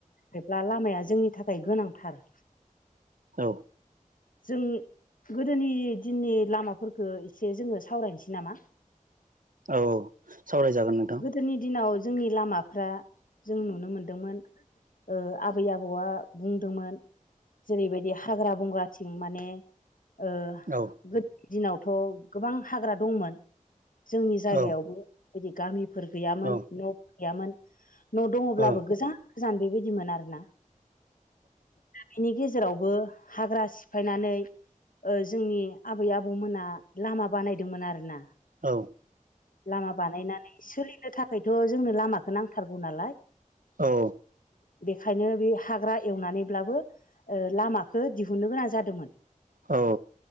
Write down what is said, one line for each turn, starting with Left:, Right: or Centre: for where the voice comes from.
Left: जेब्ला लामाया जोंनि थाखाय गोनांथार।
Right: औ
Left: जों गोदोनि दिननि लामाफोरखो एसे जोङो सावरायनोसै नामा।
Right: औ औ सावरायजागोन नोंथां।
Left: गोदोनि दिनाव जोंनि लामाफ्रा जों नुनो मोनदोंमोन ओ आबै आबौआ बुंदोंमोन जेरैबायदि हाग्रा बंग्राथिं माने ओ
Right: औ
Left: गोद दिनावथ' गोबां हाग्रा दंमोन। जोंनि जायगायावबो
Right: औ
Left: बिदि गामिफोर गैयामोन
Right: औ
Left: न' गैयामोन। न' दङब्लाबो
Right: औ
Left: गोजान गोजान बेबायदिमोन आरोना। दा बेनि गेजेरावबो हाग्रा सिफायनानै ओ जोंनि आबै आबौमोना लामा बानायदोंमोन आरो ना।
Right: औ
Left: लामा बानायनानै सोलिनो थाखायथ' जोंनो लामाखौ नां थारगौ नालाय।
Right: औ
Left: बेखायनो बे हाग्रा एवनानैब्लाबो ओ लामाखो दिहुननो गोनां जादोंमोन।
Right: औ